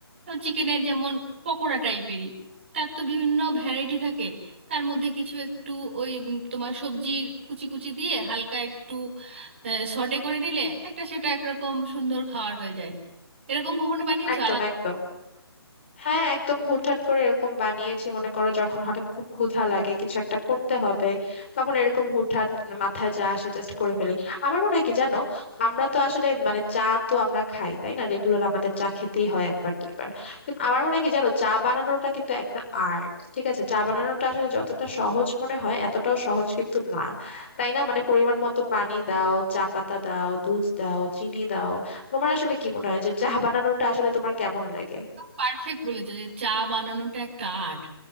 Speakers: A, on the right (about 25°); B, on the left (about 25°).
A: চিকেনের যেমন পকোড়া টাইপেরই তার তো বিভিন্ন ভ্যারাইটি থাকে তার মধ্যে কিছু একটু ওই উম তোমার সবজির কুচি কুচি দিয়ে হালকা একটু শর্টে করে নিলে একটা সেটা একরকম সুন্দর খাবার হয়ে যায় এরকম কখনো বানিয়েছো
B: একদম একদম হ্যাঁ একদম হুটহাট করে এরকম বানিয়েছি মনে করো যখন হঠাৎ খুব ক্ষুধা লাগে কিছু একটা করতে হবে তখন এরকম হুটহাট মাথায় যা আসে জাস্ট করে ফেলি আমার মনে হয় কি জানো আমরা তো আসলে মানে চা তো আমরা খাই তাই না রেগুলার আমাদের চা খেতেই হয় একবার দুইবার কিন্তু আমার মনে হয় কি জানো চা বানানোটা কিন্তু একটা আর্ট ঠিক আছে চা বানানোটা আসলে যতটা সহজ মনে হয় এতটাও সহজ কিন্তু না তাই না মানে পরিমাণ মতো পানি দাও চা পাতা দাও দুধ দাও চিনি দাও তোমার আসলে কি মনে হয় যে চা বানানোটা আসলে তোমার কেমন লাগে
A: পারফেক্ট বলেছো যে চা বানানোটা একটা আর্ট